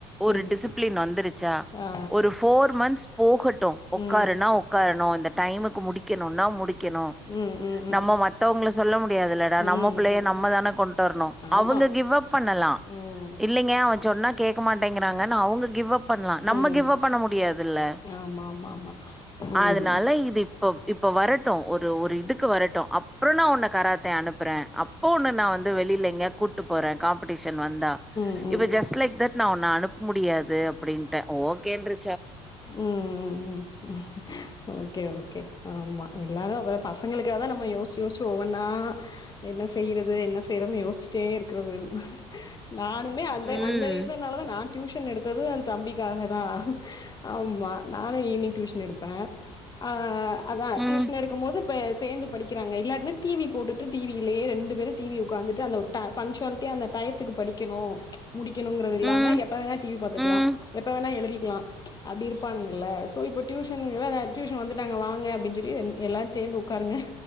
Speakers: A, on the left; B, in the centre.
A: சேரி
B: ஒரு டிசிப்ளின் வந்துருச்சா
A: ஆ
B: ஒரு ஃபோர் மந்த்ஸ் போகட்டு. உக்காருனா
A: ம் ம்
B: உக்காரணு இந்த டைமுக்கு முடிக்கணுன்னா முடிக்கணு.
A: ம் ம்
B: நம்ம
A: ம்
B: மத்தவங்கள சொல்ல முடியாதுல்லடா
A: ம்
B: நம்ம பிள்ளைய
A: ம்
B: நம்மதான கொண்ட்டு வரணு
A: ஆமா
B: அவங்க கிவ் அப் பண்ணலா
A: ம்
B: இல்லைங்க அவ சொன்னா கேக்க மாட்டேங்கிறாங்கன்னு அவங்க கிவ் அப் பண்லா நம்ம
A: ம்
B: கிவ் அப் பண்ண முடியாதல்ல?
A: ஆமா ஆமா ஆமா ம்
B: அதனால இது இப்ப இ ப்ப வரட்டு ஒ ரு ஒரு இதுக்கு வரட்டு அப்புற நா உன்ன கராத்தே அனுப்புறே அப் போ உன்ன நா வந்து வெளில எங்கயாது கூட்டு போறே காம்படீஷ ன் வந்தா
A: ம்
B: இப்ப
A: ம்
B: ஜஸ்ட்
A: ம்
B: லைக் தட் நா உன்ன அனுப் ப முடியாது அப்பிடின்ட்டே. ஓகேன்று
A: ம் ம் ம் ஓகே ஓகே ஆமா எல்லாரு அப்ப பசங்களுக்காகதா நம்ம யோசிச்சு யோசிச்சு ஒவ்வொன்னா என்ன செய்யறது என்ன செய்யறதுன்னு யோசிச்சிட்டே இருக்கிறது நானுமே அந்த
B: ம்
A: அந்த மாரி ரீசன்லாதா நா டியூஷ ன் எடுத்தது ஏன் தம்பிக்காகதா. ஆமா நானு ஈவினிங் டியூஷன் எடுப்பே. அவ அதா
B: ம்
A: டியூஷன் எடுக்கும்போது இப்ப சேந்து படிக்கிறாங்க இல்லாட்டினா டிவி போட்டுட்டு டிவியிலயே ரெண்டு பேரும் டிவி உக்காந்துட்டு அந்த ஒரு ப பன்ச்சுவாலிட்டியா அந்த டயத்துக்கு படிக்கணு முடிக்கணுங்கறது இல்லாம
B: ம்
A: எப்போ வேண்ணா டிவி பாத்துக்கலா
B: ம்
A: எப்போ வேண்ணா எழுதிக்கலா அப்டி இருப்பானுங்கல்ல ஸோ இப்போ டியூஷன்ல அதா டியூஷன் வந்துட்டாங்க வாங்க அப்டின்னு சொல்லி என் எல்லாரு சேந்து உக்காருங்க